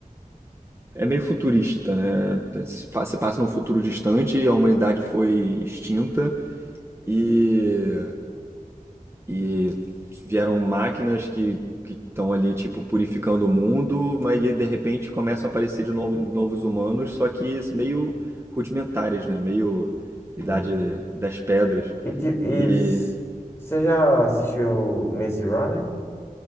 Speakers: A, on the right; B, on the left.
A: É meio futurista, né? Você passa num futuro distante, a humanidade foi extinta e, e vieram máquinas que que estão ali, tipo, purificando o mundo, mas aí, de repente começam a aparecer de novo, novos humanos, só que meio rudimentares, né? Meio Idade
B: Sim.
A: das Pedras.
B: E, ti- e
A: E
B: s- você já assistiu Maze Runner?